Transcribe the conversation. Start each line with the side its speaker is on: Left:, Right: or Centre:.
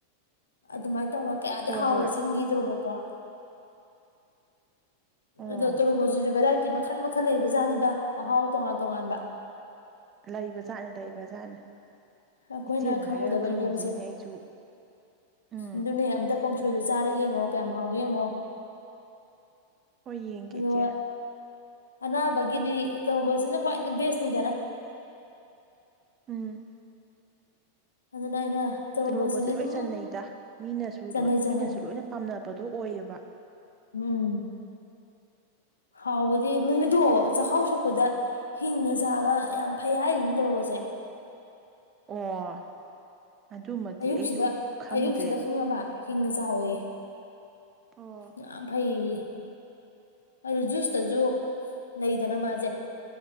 Left: ꯑꯗꯨꯃꯥꯏꯅ ꯇꯧꯔ ꯀꯌꯥꯗꯤ
Right: ꯍꯣꯏ
Left: ꯍꯥꯎꯔ
Right: ꯍꯣꯏ
Left: ꯆꯤꯡꯒꯤ ꯇꯨꯔꯣꯕꯣꯠꯇꯣ
Right: ꯑꯣ
Left: ꯑꯗ‌ꯣ ꯇ‌ꯣꯔ‌ꯣꯕ‌ꯣꯠꯁꯤꯁꯨ ꯕ‌ꯦꯔꯥꯏꯇ ꯃ ꯃꯈꯟ ꯃꯈꯜ ꯂꯩꯕ ꯖꯥꯠꯅꯤꯗ ꯃꯍꯥꯎ ꯇꯣꯉꯥꯟ ꯇꯣꯉꯥꯟꯕ
Right: ꯂꯩꯕ ꯖꯥꯠꯅꯤ ꯂꯩꯕꯖꯥꯠꯅꯤ
Left: ꯑꯩꯈꯣꯏꯅ
Right: ꯏꯆꯦꯅ
Left: ꯈꯪꯉꯨꯗꯕꯩꯅꯦꯕꯁꯦ
Right: ꯍꯥꯏꯔꯒ ꯈꯪꯉꯤꯁꯤꯅꯤ ꯑꯩꯁꯨ ꯎꯝ
Left: ꯑꯗꯨꯅꯦ ꯑꯝꯇ ꯀꯣꯡꯁꯣꯏꯗ ꯆꯥꯔ ꯌꯦꯡꯉꯣ ꯀꯌꯥꯝ ꯍꯥꯎꯒꯦ ꯌꯦꯡꯉꯣ
Right: ꯍꯣꯏ ꯌꯦꯡꯒꯦ
Left: ꯑꯗꯨꯒ
Right: ꯏꯆꯦ
Left: ꯑꯅꯥꯕꯒꯤꯗꯤ ꯇ‌ꯣꯔ‌ꯣꯕ‌ꯣꯠꯁꯤꯅ ꯈ꯭ꯋꯥꯏꯗꯒꯤ ꯕꯦꯁꯅꯤꯗꯅ
Right: ꯎꯝ
Left: ꯑꯗꯨꯅ ꯑꯩꯅ ꯇꯣꯔꯣꯕꯣꯠꯁꯤꯗꯤ
Right: ꯇ‌ꯣꯔꯣꯕꯣꯠꯁꯦ
Left: ꯑꯗꯨꯝ
Right: ꯂꯣꯏ ꯆꯟꯅꯩꯗ ꯃꯤꯅꯁꯨ
Left: ꯆꯥꯅꯩ
Right: ꯂꯣꯏ
Left: ꯆꯥꯅꯩ
Right: ꯃꯤꯅꯁꯨ ꯂꯣꯏꯅ ꯄꯥꯝꯅꯕꯗꯣ ꯑꯣꯏꯌꯦꯕ
Left: ꯎꯝ ꯍꯥꯎꯕꯗꯤ ꯃꯃꯤꯗꯣ ꯆꯈꯥꯎ ꯁꯣꯛꯄꯗ ꯍꯤꯡꯅ ꯆꯥꯕ ꯌꯥꯝ ꯐꯩ ꯍꯥꯏꯔꯤꯅꯤ ꯇ‌ꯣꯔ‌ꯣꯕ‌ꯣꯠꯁꯦ
Right: ꯑꯣ ꯑꯗꯨꯃꯗꯤ
Left: ꯑꯌꯨꯛꯁꯤꯗ
Right: ꯑꯩꯁꯨ ꯈꯪꯗ‌ꯦ
Left: ꯑꯌꯨꯛꯁꯤꯗ ꯈꯪꯉꯕ ꯍꯤꯡꯅ ꯆꯥꯋ‌ꯣꯌ‌ꯦ
Right: ꯑꯣ
Left: ꯌꯥꯝ ꯐꯩꯌ‌ꯦꯌ‌ꯦ ꯑꯗꯨ ꯖꯨꯁꯇꯁꯨ ꯂꯩꯗꯅ ꯃꯥꯁꯦ